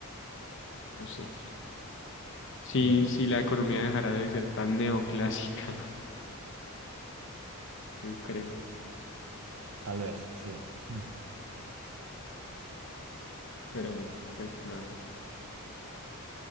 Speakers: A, on the left; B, on the right.
A: no sé. Si,
B: Mm,
A: si la economía dejara de ser tan neoclásica, <laughs> yo creo.
B: tal vez, sí. Mm.
A: Pero bueno, pues nada.